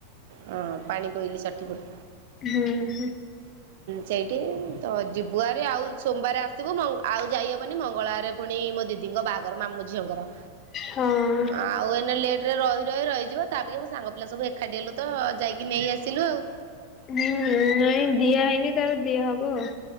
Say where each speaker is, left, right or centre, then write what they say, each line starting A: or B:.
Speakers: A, on the right; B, on the left.
A: ହଁ ପାଣି କୋଇଲି ଷଠି ପୁରୁ।
B: ହୁଁ ହୁଁ।
A: ସେଇଠି ତ ଯିବୁ ହାରି ଆଉ ସୋମବାର ଆସିବୁ ଆଉ ଯାଇହବନି ମଙ୍ଗଳବରେ ପୁଣି ମୋ ଦିଦିଙ୍କ ବାହାଘର ମାମୁଁ ଝିଅଙ୍କର।
B: ହଁ।
A: ଆଉ ଏଇନା ଲେଟରେ ରହି ରହି ରହିଯିବ ତା ଅପେକ୍ଷା ମୋ ସାଙ୍ଗ ପିଲା ସବୁ ଏକାଠି ହେଲୁ ତ ଯାଇକି ନେଇ ଆସିଲୁ ଆଉ।
B: ହୁଁ ନାଇଁ ଦିଆ ହେଇନି ତାର ଦିଆ ହବ ଆଉ।